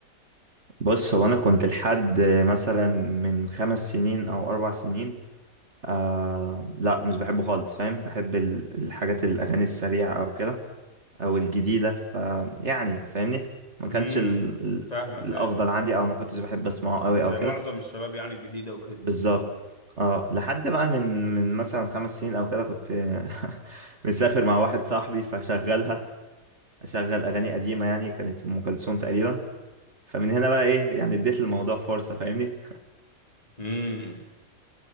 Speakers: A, on the right (about 50°); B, on the left (about 25°).
A: بص هو انا كنت لحد مثلا من خمس سنين او اربع سنين آه لا مش بحبه خالص فاهم بحب ال- الحاجات الاغاني السريعه او كده او الجديده ف يعني فاهمني ما كانش
B: امم
A: ال... ال-
B: فاهمك
A: الافضل
B: أيوة.
A: عندي او ما كنتش بحب اسمعه قوي
B: زي
A: او كده
B: معظم الشباب يعني الجديدة وكده
A: بالظبط اه لحد بقى من من مثلا خمس سنين او كده كنت <laughs> مسافر مع واحد صاحبي فشغلها اشغل اغاني قديمه يعني كانت ام كلثوم تقريبا فمن هنا بقى ايه يعني اديت الموضوع فرصه فاهمني
B: امم